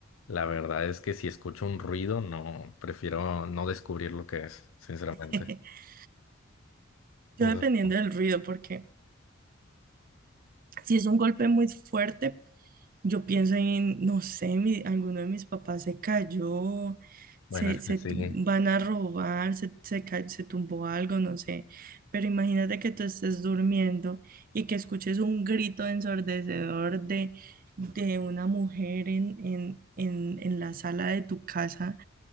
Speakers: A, on the left (about 85°); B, on the right (about 45°).
A: la verdad es que si escucho un ruido, no, prefiero no descubrir lo que es, sinceramente.
B: <laughs> Yo
A: O
B: dependiendo
A: sea,
B: del ruido, porque si es un golpe muy fuerte, yo pienso en, no sé, mi- alguno de mis papás se cayó,
A: Bueno,
B: se,
A: es
B: se
A: que sí.
B: tu- van a robar, se, se, ca- se tumbó algo, no sé. Pero imagínate que tú estés durmiendo y que escuches un grito ensordecedor de, de una mujer en, en, en, en la sala de tu casa